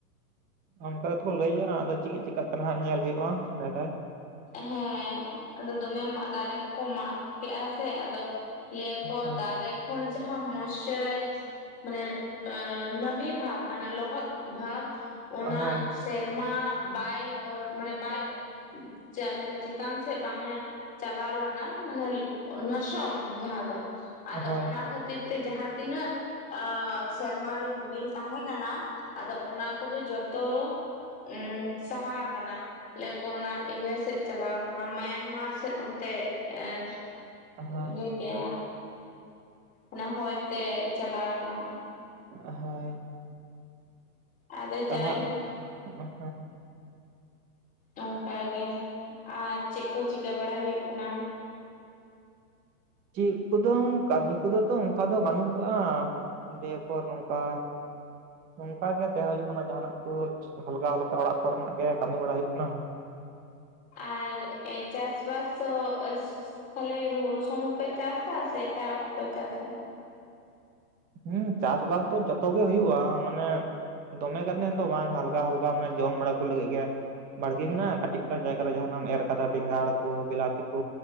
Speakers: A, on the right; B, on the left.
A: ᱚᱱᱠᱟ ᱟᱫᱚ ᱠᱚ ᱞᱟᱹᱭᱟ ᱟᱫᱚ ᱪᱮᱫ ᱪᱮᱠᱟᱜ ᱠᱟᱱᱟ ᱦᱟᱸᱜ ᱧᱮᱞ ᱦᱩᱭᱩᱜᱼᱟ ᱪᱤᱠᱟᱭᱮᱫᱟᱭ᱾
B: ᱦᱮᱸ ᱟᱫᱚ ᱫᱚᱢᱮ ᱢᱟᱜ ᱫᱟᱨᱮ ᱠᱚᱠᱚ ᱢᱟᱜ ᱠᱮᱜᱼᱟ ᱥᱮ ᱟᱫᱚ ᱞᱟᱹᱭᱟᱠᱚ
A: ᱦᱳᱭ
B: ᱫᱟᱨᱮ ᱠᱷᱚᱱ ᱡᱟᱦᱟᱸ ᱢᱚᱥᱪᱟᱹᱨᱟᱭᱤᱡ ᱢᱟᱱᱮ ᱟ ᱱᱚᱢᱤ ᱵᱷᱟᱯ ᱢᱟᱱᱮ ᱞᱚᱦᱚᱫ ᱵᱷᱟᱯ ᱚᱱᱟ
A: ᱦᱳᱭ
B: ᱥᱮᱨᱢᱟ ᱵᱟᱭ ᱚᱨ ᱢᱟᱱᱮ ᱵᱟᱭ ᱪ ᱢᱟᱱᱮ ᱪᱮᱛᱟᱱ ᱥᱮᱫ ᱵᱟᱝᱮ ᱪᱟᱞᱟᱣ ᱞᱟᱱᱟ ᱢᱟᱱᱮ ᱱᱚᱥᱚᱢ ᱡᱟᱦᱟᱸ ᱫᱚ ᱟᱫᱚ
A: ᱦᱳᱭ
B: ᱚᱱᱟ ᱠᱷᱟᱹᱛᱤᱨ ᱛᱮ ᱡᱟᱦᱟᱸ ᱛᱤᱱᱟᱹᱜ ᱥᱮᱨᱢᱟᱨᱮ ᱨᱤᱢᱤᱞ ᱛᱟᱦᱮᱸ ᱠᱟᱱᱟ ᱟᱫᱚ ᱚᱱᱟ ᱠᱚᱫᱚ ᱡᱚᱛᱚ ᱩ ᱥᱟᱦᱟ ᱟᱠᱟᱱᱟ ᱞᱟᱹᱭ ᱟᱠᱚ ᱚᱱᱟ ᱤᱭᱟᱹ ᱥᱮᱫ ᱪᱟᱞᱟᱣ ᱟᱠᱟᱱᱟ ᱢᱟᱭᱟᱝᱢᱟᱨ ᱥᱮᱫ ᱚᱱᱛᱮ ᱮᱸ
A: ᱦᱳᱭ
B: ᱤᱭᱟᱹ ᱠᱮᱫᱼᱟ ᱢᱮᱱᱮ ᱦᱚᱭᱛᱮ ᱪᱟᱞᱟᱣ ᱮᱱᱟ
A: ᱦᱳᱭ
B: ᱟᱫᱚ
A: ᱛᱟᱦᱟᱜ
B: ᱡᱟᱭᱦᱳᱠ
A: ᱦᱮᱸ
B: ᱚᱱᱠᱟ ᱜᱮ ᱟᱨ ᱪᱮᱫ ᱠᱚ ᱪᱤᱠᱟᱹ ᱵᱟᱲᱟ ᱦᱩᱭᱩᱜ ᱠᱟᱱᱟ?
A: ᱪᱮᱫ ᱠᱚᱫᱚ ᱠᱟᱹᱢᱤ ᱠᱚᱫᱚ ᱛᱚ ᱚᱱᱠᱟ ᱫᱚ ᱵᱟᱹᱱᱩᱜ ᱠᱟᱜᱼᱟ ᱫᱤᱭᱮ ᱯᱚᱨ ᱚᱱᱠᱟ ᱱᱚᱝᱠᱟ ᱜᱮ ᱛᱟᱦᱮᱸ ᱦᱳᱭᱩᱜ ᱠᱟᱱᱟ ᱡᱟᱦᱟᱱᱟᱜ ᱠᱩ ᱦᱟᱞᱠᱟ ᱦᱟᱞᱠᱟ ᱚᱲᱟᱜ ᱠᱚ ᱨᱮᱱᱟᱜ ᱜᱮ ᱠᱟᱹᱢᱤ ᱵᱟᱲᱟ ᱦᱩᱭᱩᱜ ᱠᱟᱱᱟ
B: ᱟᱨ ᱪᱟᱥ ᱵᱟᱥ ᱫᱚ <unintelligible> ᱛᱟᱦᱮ ᱦᱩᱲᱩ ᱥᱚᱢᱩᱝ ᱯᱮ ᱪᱟᱥᱟ ᱥᱮ ᱮᱴᱟᱜ ᱦᱚᱸᱯᱮ ᱪᱟᱥᱟ?
A: ᱦᱮᱸ ᱪᱟᱥᱵᱟᱥ ᱫᱚ ᱡᱚᱛᱚ ᱜᱮ ᱦᱩᱭᱩᱜᱼᱟ ᱢᱟᱱᱮ ᱫᱚᱢᱮ ᱠᱟᱛᱮᱱ ᱫᱚ ᱵᱟᱝ ᱦᱟᱞᱠᱟ ᱦᱟᱞᱠᱟ ᱢᱟᱱᱮ ᱡᱚᱢ ᱵᱟᱲᱟ ᱠᱚ ᱞᱟᱹᱜᱤᱫ ᱜᱮᱭᱟ ᱵᱟᱲᱜᱮ ᱢᱮᱱᱟᱜᱼᱟ ᱠᱟᱹᱴᱤᱡᱟᱝ ᱡᱟᱭᱜᱟ ᱨᱮ ᱡᱟᱦᱟᱸᱱᱟᱜ ᱮᱢ ᱮᱨ ᱠᱟᱫᱟ ᱵᱮᱸᱜᱟᱲ ᱠᱚ ᱵᱤᱞᱟᱛᱤ ᱠᱚ